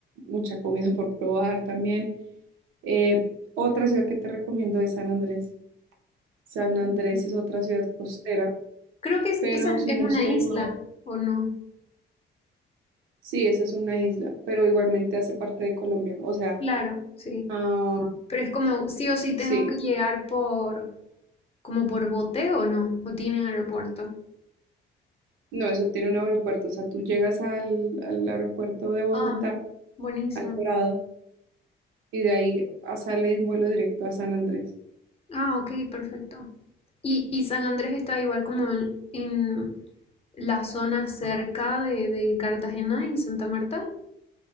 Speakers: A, on the right; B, on the left.
A: mucha comida por probar también. Eh, otra ciudad que te recomiendo es San Andrés. San Andrés
B: Ok.
A: es otra ciudad costera,
B: Creo que es,
A: pero
B: esa
A: si
B: es
A: no
B: una
A: estoy
B: isla,
A: mal,
B: ¿o no?
A: sí, esa es una isla, pero igualmente hace parte de Colombia, o sea,
B: Claro, sí.
A: ah,
B: Pero es como, sí o sí
A: sí.
B: tengo que llegar por, como por bote o ¿no? ¿O tienen aeropuerto?
A: No, eso tiene un aeropuerto. O sea, tú llegas al, al aeropuerto de Bogotá,
B: Ah, buenísimo.
A: al Dorado, y de ahí a- sale un vuelo directo a San Andrés.
B: Ah, ok, perfecto. Y, y San Andrés está igual como en, en la zona cerca de, de Cartagena y Santa Marta.